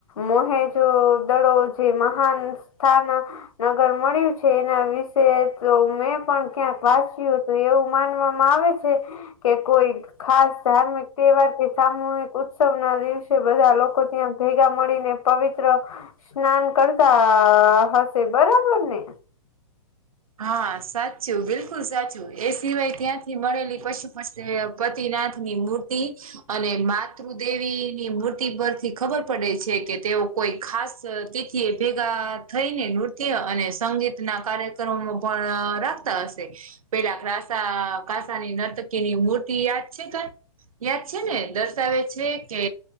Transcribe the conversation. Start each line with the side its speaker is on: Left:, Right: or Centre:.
Left: મોહેજો દળો જે મહાન સ્થાન નગર મળ્યું છે એના વિશે તો મેં પણ ક્યાંક વાંચ્યું તો એવું માનવામાં આવે છે કે કોઈ ખાસ ધાર્મિક તહેવાાર કે સામૂહિક ઉત્સ ઉત્સવના દિવસે બધા લોકો ત્યાં ભેગા મળીને પવિત્ર સ્નાન કરતા હશે બરાબર ને.
Right: હા સાચું બિલકુલ સાચું એ સિવાય ત્યાંથી મળેલી પશુ પસી ત પતિનાથની મૂર્તિ. અને માતૃદેવીની મૂર્તિ પરથી ખબર પડે છે કે તેઓ કોઈ ખાસ તિથિ એ ભેગા થઈને નૃત્ય અને સંગીતના કાર્ય કર્મો પણ રાખતા હશે. પેલા ગ્રાસા કાસાની નર્તકીની મૂર્તિ યાદ છે કા યાદ છે ને દર્શાવે છે કે